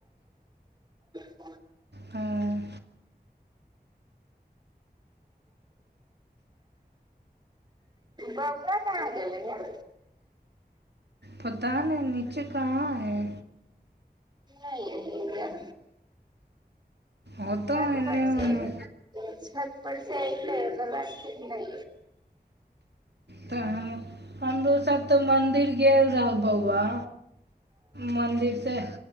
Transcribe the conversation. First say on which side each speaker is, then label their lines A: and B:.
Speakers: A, on the right; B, on the right.
A: <unintelligible>
B: आ
A: बउआ कहाँ गेलै यौ
B: पता ने नीचे कहाँ है
A: नइ एलैया
B: होतौ
A: छत
B: एन्ने
A: पर
B: ओन्ने
A: चइल छत पर से ऐले ओकर बाद फेर नइ
B: तऽ हमरो साथ तऽ मंदिर गेल रहु बौआ मन्दिर से